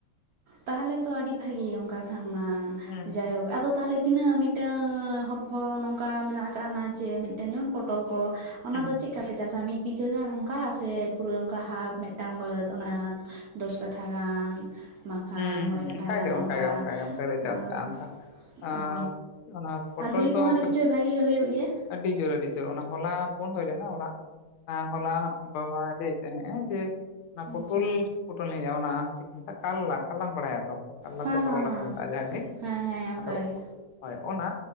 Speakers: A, on the right; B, on the left.
A: ᱛᱟᱦᱟᱞᱮ ᱛᱚ ᱟᱹᱰᱤ ᱵᱷᱟᱹᱜᱤ ᱚᱱᱠᱟ ᱠᱷᱟᱱ ᱢᱟ
B: ᱦᱩᱸ
A: ᱡᱟᱭᱦᱳᱠ ᱟᱫᱚ ᱛᱟᱦᱟᱞᱮ ᱛᱤᱱᱟᱹᱜ ᱢᱤᱫᱴᱟᱝ ᱦᱚᱯᱷᱚ ᱱᱚᱝᱠᱟ ᱢᱮᱱᱟᱜ ᱠᱟᱜ-ᱟ ᱡᱮ ᱢᱤᱫᱴᱮᱱ ᱡᱮᱢᱚᱱ ᱯᱚᱴᱚᱞ ᱠᱚ ᱚᱱᱟ
B: ᱦᱩᱸ
A: ᱫᱚ ᱪᱤᱠᱟ ᱯᱮ ᱪᱟᱥᱟ ᱢᱤᱫ ᱵᱤᱜᱷᱟᱹ ᱜᱟᱱ ᱚᱱᱠᱟ ᱥᱮ ᱯᱩᱨᱟᱹ ᱚᱱᱠᱟ ᱦᱟᱯ ᱢᱤᱫᱴᱟᱝ ᱵᱟᱹᱫᱽ ᱚᱱᱟ? ᱫᱚᱥ ᱠᱟᱴᱷᱟ ᱜᱟᱱ᱾ ᱵᱟᱝᱠᱷᱟᱱ
B: ᱦᱩᱸ
A: ᱢᱚᱬᱮ
B: ᱦᱩᱸ
A: ᱠᱟᱴᱷᱟ
B: ᱚᱱᱠᱟᱜᱮ
A: ᱜᱟᱱ
B: ᱚᱱᱠᱟᱜᱮ
A: ᱚᱱᱠᱟ
B: ᱚᱱᱠᱟᱜᱮ ᱚᱱᱠᱟᱞᱮ ᱪᱟᱥ
A: ᱟᱸᱚᱻ᱾
B: ᱠᱟᱜᱼᱟ ᱚᱱᱠᱟ ᱟᱨ ᱚᱱᱟ ᱯᱚᱴᱚᱞ
A: ᱟᱨ ᱦᱩᱭ
B: ᱫᱚ
A: ᱠᱚᱦᱚᱸ ᱱᱤᱥᱪᱳᱭ
B: ᱠᱟᱹᱴᱤᱡ
A: ᱵᱷᱟᱜᱤ ᱜᱮ ᱦᱩᱭᱩᱜ ᱜᱮᱭᱟ᱾
B: ᱟᱹᱰᱤ ᱡᱳᱨ ᱟᱹᱰᱤ ᱡᱳᱨ ᱚᱱᱟ ᱦᱚᱞᱟ ᱯᱷᱳᱱ ᱦᱩᱭ ᱞᱮᱱᱟ ᱚᱲᱟᱜ ᱮᱸ ᱦᱚᱞᱟ ᱵᱟᱵᱟᱭ ᱞᱟᱹᱭᱮᱫ ᱛᱟᱦᱮᱸᱜ-ᱟ ᱡᱮ ᱚᱱᱟ ᱯᱤᱴᱚᱴᱳᱞ
A: ᱟᱪᱪᱷᱟ
B: ᱯᱳᱴᱳᱞᱤᱧ ᱞᱮᱭᱮᱜ-ᱥ ᱚᱱᱟ ᱪᱮᱠᱚ ᱢᱮᱛᱟᱜ ᱠᱟᱞᱞᱟ᱾ ᱠᱟᱞᱞᱟᱢ ᱵᱟᱲᱟᱭᱟ ᱛᱚ ᱠᱟᱞᱞᱟ
A: ᱦᱮᱸ
B: ᱥᱮ ᱠᱚᱨᱚᱞᱟ
A: ᱦᱮᱸ ᱦᱮᱸ
B: ᱢᱮᱛᱟᱜᱼᱟ ᱡᱟᱦᱟᱱᱟᱜᱮ
A: ᱦᱮᱸ ᱦᱮᱸ ᱚᱱᱠᱟᱜᱮ
B: ᱟᱫᱚ ᱦᱚᱭ ᱚᱱᱟ